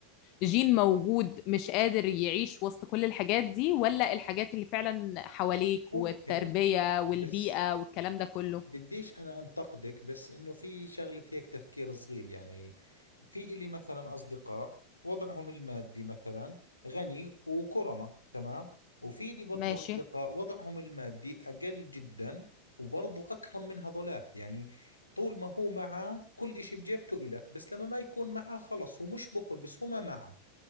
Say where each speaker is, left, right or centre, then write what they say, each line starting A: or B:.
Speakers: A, on the left; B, on the left.
A: جين موجود
B: صح
A: مش قادر يعيش وسط كل الحاجات دي ولا الحاجات اللي فعلا حواليك
B: ممكن
A: والتربيه والبيئه
B: بس
A: والكلام ده كله
B: بديش أنا أنتقدك بس إنه في شغلة هيك تفكير صغير يعني في إلي مثلا أصدقاء وضعهم المادي مثلا غني وكرمة تمام وفي لي برضو
A: ماشي
B: أصدقاء وضعهم المادي أقل جدا وبرضو أكرم من هذولاك يعني طول ما هو معاه كل إشي بجيبته إلك بس لما ما يكون معاه خلص هو مش بخل بس هو ما معاه